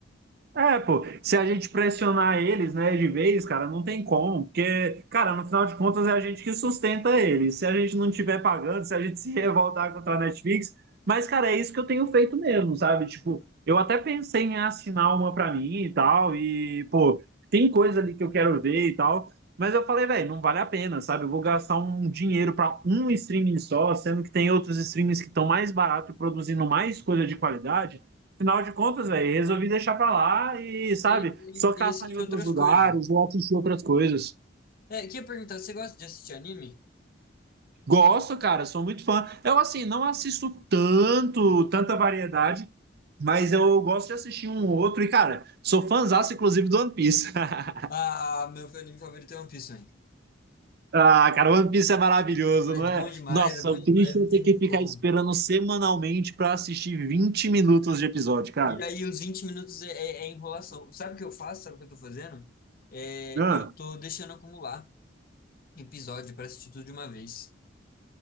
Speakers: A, on the right; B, on the left.
A: É, pô, se a gente pressionar eles, né, de vez, cara, não tem como, porque, cara, no final de contas é a gente que sustenta eles. Se a gente não tiver pagando, se a gente <laughs> se revoltar contra a Netflix, mas, cara, é isso que eu tenho feito mesmo, sabe? Tipo, eu até pensei em assinar uma pra mim e tal, e, pô, tem coisa ali que eu quero ver e tal, mas eu falei, velho, não vale a pena, sabe? Eu vou gastar um dinheiro pra um streaming só, sendo que tem outros streamings que estão mais barato e produzindo mais coisa de qualidade. Afinal de contas, velho, resolvi deixar pra lá e, sabe,
B: e,
A: só caçar
B: e, e assistem
A: em outros
B: outras
A: lugares
B: coisas.
A: ou assistir outras coisas.
B: É, queria perguntar, você gosta de assistir anime?
A: Gosto, cara, sou muito fã. Eu, assim, não assisto tanto, tanta variedade, mas eu gosto de assistir um ou outro. E, cara, sou fãzaço, inclusive, do One Piece. <laughs>
B: Ah, meu anime favorito é One Piece, hein?
A: Ah, cara, One Piece é maravilhoso, não
B: É
A: é?
B: bom demais,
A: Nossa,
B: é bom
A: o
B: demais,
A: triste
B: não
A: é
B: tem
A: ter que
B: nem
A: ficar
B: como.
A: esperando semanalmente pra assistir 20 minutos de episódio, cara.
B: E aí, os 20 minutos é, é- é enrolação. Sabe o que eu faço? Sabe o que eu tô fazendo? É,
A: Ah,
B: eu tô deixando acumular episódio pra assistir tudo de uma vez.